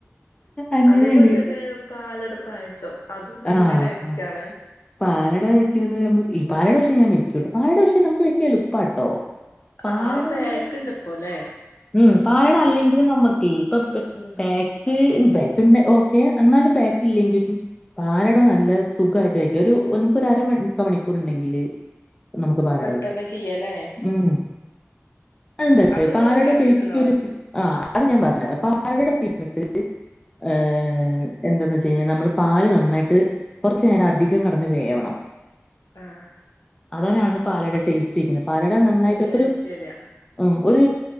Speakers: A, on the left; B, on the left.
A: അങ്ങനെയാണ്.
B: അതേപോലെ തന്നെ പാലട പായസം അതും നല്ല
A: ആ
B: ടേസ്റ്റ്
A: പ
B: ആണ്
A: പാലട വെക്കുന്നത് നമ്മ പാലട പക്ഷേ ഞാൻ വെക്കും പാലടവെയ്ക്കാൻ പക്ഷേ എളുപ്പാട്ടോ പാലട
B: ആഹ് പായ്ക്ക്
A: നമ്മള്
B: ണ്ട് ഇപ്പോല്ലെ
A: ഉം പാലട അല്ലെങ്കിലും നമ്മുക്കേ ഇപ്പൊ
B: ഉം
A: പായ് ക്ക് ഉം പായ്ക്ക് ഓക്കെ എന്നാലും പായ്ക്ക് ഇല്ലെങ്കിലും പാലട നല്ലസുഖയിട്ട് വെ ഒരു നമുക്കൊരു അര മുക്കാ മണിക്കൂർ ഉണ്ടെങ്കില് നമുക്ക് പാലട
B: പെട്ടെന്ന്
A: വക്കാം
B: ചെയ്യല്ലേ
A: ഉം അതെന്താ അറിയോ
B: അത് ഇങ്ങള്
A: പാലട
B: ഇണ്ടാക്കിക്കണോ
A: ശരിക്കൊരു സി ആഹ് അത് ഞാൻ പറഞ്ഞരാ പാലടയുടെ സീക്രട്ട് ഏ എന്താന്ന് വെച്ച് കഴിഞ്ഞാൽ നമ്മള് പാല് നന്നായിട്ട് കുറച്ചു നേരം അധികം കെടന്ന് വേവണം
B: ആഹ്
A: അതനാണ് പാലട ടേസ്റ്റ് വക്കുന്നത് പാലട നന്നായിട്ട് ഇപ്പൊ
B: ടേസ്റ്റ്
A: ഒരു
B: വരിക
A: ഉം ഒരു